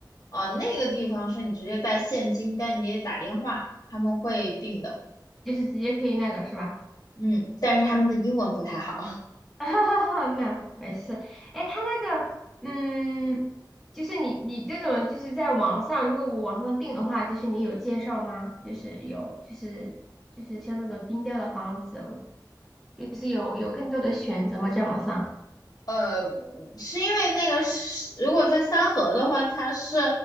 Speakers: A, on the left; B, in the centre.
A: 呃，那个地方是你直接带现金，但你得打电话，他们会定的。
B: 就是直接可以那个是吧？
A: 嗯，但是他们的英文不太好。
B: <laughs> 那没事。哎，他那个嗯，就是你你这种就是在网上，如果我网上订的话，就是你有介绍吗？就是有就是就是像那个冰雕的房子，我就是有有更多的选择吗？在网上？
A: 呃，是因为那个是，如果在三河的话，它是